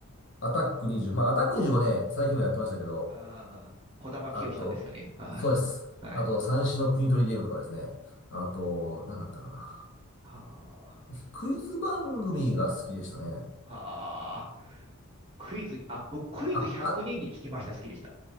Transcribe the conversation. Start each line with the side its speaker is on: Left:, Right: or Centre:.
Left: アタック20、まあ、アタック2もね、最近もやってましたけど、
Right: あ、ああ、児玉清さんですよね。
Left: あと、
Right: は
Left: そうです。
Right: い。はい。
Left: あと、三種の国取りゲームとかですね、あと、何だったかな。
Right: はあ、
Left: 私クイズ番組が好きでしたね。
Right: はあ。クイズ、あ、僕、クイズ100人にんに聞きました、
Left: あ、あ、
Right: 好きでした。